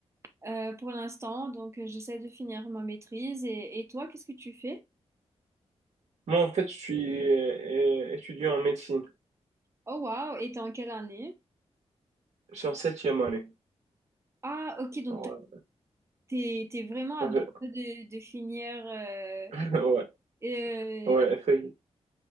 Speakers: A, on the right; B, on the right.
A: euh, pour l'instant. Donc euh, j'essaie de finir ma maîtrise et, et toi, qu'est-ce que tu fais?
B: Moi, en fait, je suis euh, euh, étudiant en médecine.
A: Oh waouh, et t'es en quelle année?
B: Je suis en septième année.
A: Ah ok, donc
B: Alors,
A: T'es, t'es vraiment à
B: <laughs>
A: deux doigts de, de finir euh,
B: Ouais,
A: euh,
B: ouais, effectivement.